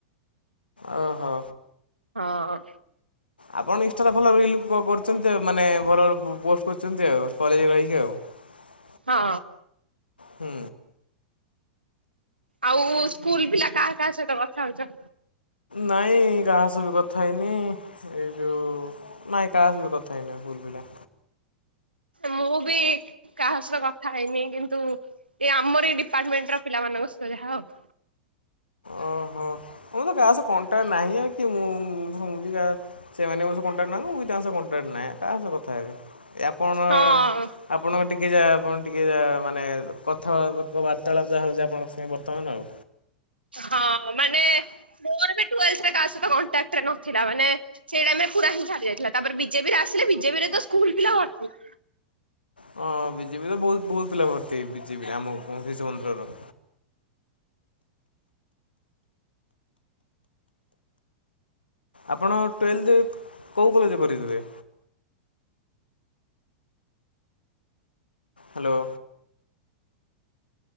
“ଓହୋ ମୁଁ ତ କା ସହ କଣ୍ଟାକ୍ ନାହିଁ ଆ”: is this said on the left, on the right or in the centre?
Left